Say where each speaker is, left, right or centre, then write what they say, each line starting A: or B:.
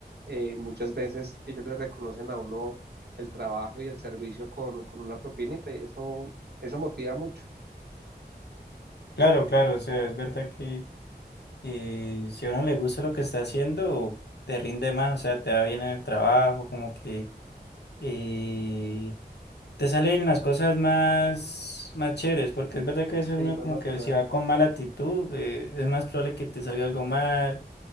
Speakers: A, on the right (about 75°); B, on the left (about 85°).
A: eh, muchas veces ellos le reconocen a uno el trabajo y el servicio con, con una propinita y eso, eso motiva mucho,
B: Claro, claro, o sea, es verdad que eh, si a uno le gusta lo que está haciendo, te rinde más, o sea, te va bien en el trabajo, como que... eh, te salen las cosas más, más chéveres, porque es verdad que a veces
A: sí,
B: uno
A: más
B: como
A: natural.
B: que si va con mala actitud, eh, es más probable que te salga algo mal,